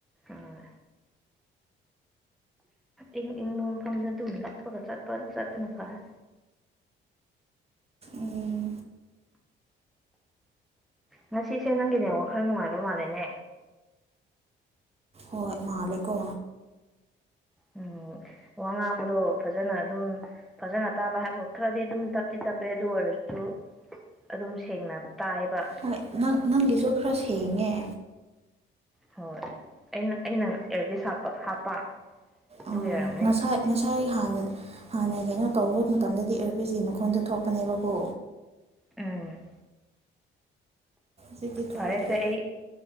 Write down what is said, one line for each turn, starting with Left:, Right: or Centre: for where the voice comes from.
Centre: ꯑꯣ ꯏꯪ ꯏꯪꯕ ꯃꯐꯝꯗ ꯑꯗꯨꯝ ꯂꯠꯄꯒ ꯆꯠꯄ ꯆꯠꯄꯅ ꯐꯔ
Right: ꯎꯝ
Centre: ꯉꯁꯤꯁꯦ ꯅꯪꯒꯤꯅꯦ ꯋꯥ ꯈꯔ ꯅꯨꯡꯉꯥꯏꯕ ꯃꯥꯜꯂꯦꯅꯦ
Right: ꯍꯣꯏ ꯃꯥꯂꯦꯀꯣ
Centre: ꯎꯝ ꯋꯥ ꯉꯥꯡꯕꯗꯣ ꯐꯖꯅ ꯑꯗꯨꯝ ꯐꯖꯅ ꯇꯥꯕ ꯍꯥꯏꯕ ꯈꯔꯗꯤ ꯑꯗꯨꯝ ꯇꯞꯇꯤ ꯇꯞꯄꯦ ꯑꯗꯨ ꯑꯣꯏꯔꯁꯨ ꯑꯗꯨꯝ ꯁꯦꯡꯅ ꯇꯥꯏꯕ
Right: ꯍꯣꯏ ꯅꯪ ꯅꯪꯒꯤꯁꯨ ꯈꯔ ꯁꯦꯡꯉꯦ
Centre: ꯍꯣꯏ ꯑꯩꯅ ꯑꯩꯅꯪ ꯑꯦꯔꯕꯤꯁ ꯍꯥꯄ ꯍꯥꯞꯄ ꯑꯗꯨꯒꯤ
Right: ꯑ
Centre: ꯑꯣꯏꯔꯝꯃꯅꯤ
Right: ꯉꯁꯥꯏ ꯉꯁꯥꯏ ꯍꯥꯟꯅ ꯍꯥꯟꯅ ꯀꯩꯅꯣ ꯇꯧꯕ ꯃꯇꯝꯗꯗꯤ ꯑꯦꯔꯕꯤꯦꯁꯀꯤ ꯃꯈꯣꯟꯗꯣ ꯊꯣꯛꯄꯅꯦꯕꯀꯣ
Centre: ꯑ
Right: ꯍꯧꯖꯤꯤ ꯊꯣꯛꯇ꯭ꯔꯦ
Centre: ꯐꯔꯦꯁꯦ ꯑꯩ